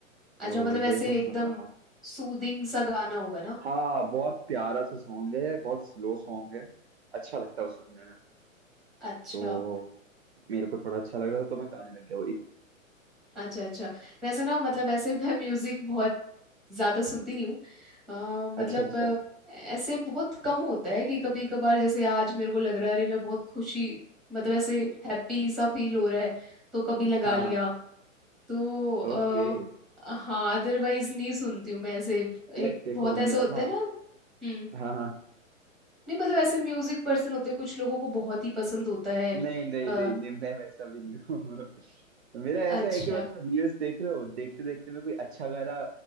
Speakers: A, in the centre; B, on the right.
A: अच्छा
B: तो
A: मतलब
B: एक
A: ऐसे
B: बार तुम
A: एकदम
B: सुनना हाँ
A: सूदिंग सा गाना होगा ना
B: हाँ बहुत प्यारा सा सॉन्ग है बहुत स्लो सॉन्ग है अच्छा लगता है वो सुनने में
A: अच्छा
B: तो मेरे को थोड़ा अच्छा लग रहा था तो मैं गाने लग गया वही
A: अच्छा अच्छा वैसे ना मतलब ऐसे <laughs> मैं म्यूजिक बहुत ज्यादा सुनती नहीं हूँ अ, मतलब
B: अच्छा अच्छा
A: अ, ऐसे बहुत कम होता है कि कभी कभार जैसे आज मेरे को लग रहा है अरे मैं बहुत खुशी मतलब ऐसे हैप्पी सा फील हो रहा है तो कभी लगा
B: हाँ
A: लिया
B: हाँ
A: तो आ,
B: ओके
A: हाँ अदरवाइज नहीं सुनती हूँ मैं ऐसे एक
B: लाइक देखो
A: बहुत
B: मेरा
A: ऐसे होते
B: ना
A: हैं ना हम्म
B: हाँ हाँ
A: नहीं मतलब ऐसे म्यूजिक पर्सन होते हैं कुछ लोगों को बहुत ही पसंद होता है
B: नहीं नहीं
A: अ,
B: नहीं नहीं मैं वैसा भी नहीं हूँ <laughs> मेरा ऐसा
A: अच्छा
B: है कि मतलब रील्स देख रहे हो देखते देखते में कोई अच्छा गाना